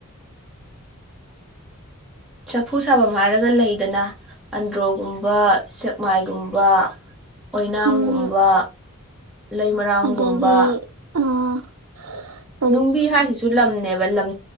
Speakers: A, in the centre; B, on the right.
A: ꯆꯐꯨ ꯁꯥꯐꯝ ꯍꯥꯏꯔꯒ ꯂꯩꯗꯅ ꯑꯟꯗ꯭ꯔꯣꯒꯨꯝꯕ ꯁꯦꯛꯃꯥꯏꯒꯨꯝꯕ ꯑꯣꯏꯅꯥꯝꯒꯨꯝꯕ
B: ꯎꯝ
A: ꯂꯩ ꯃꯔꯥꯝꯒꯨꯝꯕ
B: ꯑꯗꯒꯤ ꯑ ꯑꯁ
A: ꯅꯨꯡꯕꯤ ꯍꯥꯏꯁꯤꯁꯨ ꯂꯝꯅꯦꯕ ꯂꯝ